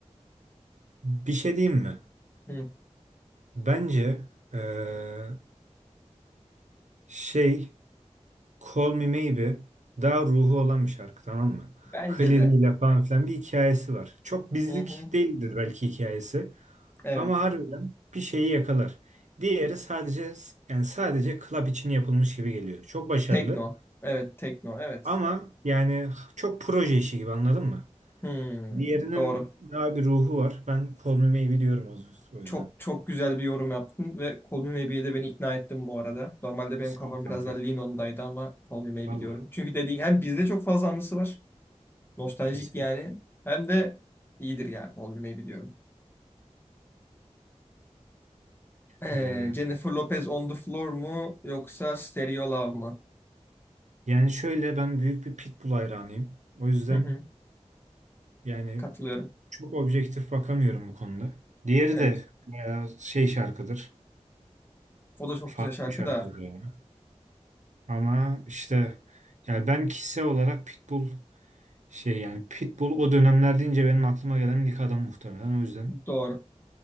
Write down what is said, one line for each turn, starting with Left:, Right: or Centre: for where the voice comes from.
Right: bir şey diyeyim mi?
Left: Hı.
Right: Bence eee, şey Call Me Maybe daha ruhu olan bir şarkı tamam mı?
Left: Bence
Right: Klibiyle
Left: de.
Right: falan filan bir hikayesi var. Çok bizlik
Left: Hı hı.
Right: değildir belki hikayesi
Left: Evet.
Right: ama harbiden bir şeyi yakalar. Diğeri sadece yani sadece club için yapılmış gibi geliyor. Çok başarılı
Left: Tekno. Evet, tekno. Evet.
Right: ama yani çok proje işi gibi anladın mı?
Left: Hmm,
Right: Diğerinin
Left: doğru.
Right: daha bir ruhu var. Ben Call Me Maybe diyorum o o yüzden.
Left: Çok çok güzel bir yorum yaptın ve Call Me Maybe'ye de beni ikna ettin bu arada. Normalde benim
Right: Sağ
Left: kafam
Right: ol
Left: biraz
Right: kanka.
Left: daha Lean On'daydı ama Call Me Maybe
Right: Vallahi
Left: diyorum. Çünkü dediğin hem bizde çok fazla anısı var. Nostaljik
Right: kesinlikle.
Left: yani. Hem de iyidir ya Call Me Maybe diyorum. Ee,
Right: Ee,
Left: Jennifer Lopez On The Floor mu yoksa Stereo Love mı?
Right: Yani şöyle ben büyük bir pitbull hayranıyım. O yüzden
Left: Hı hı,
Right: yani
Left: katılıyorum.
Right: çok objektif bakamıyorum bu konuda. Diğeri
Left: Evet.
Right: de bayağı şey şarkıdır.
Left: O da çok
Right: Farklı
Left: güzel şarkı
Right: bir şarkıdır
Left: da.
Right: yani. Ama işte yani ben kişisel olarak pitbull şey yani pitbull o dönemler deyince benim aklıma gelen ilk adam muhtemelen. O yüzden
Left: Doğru.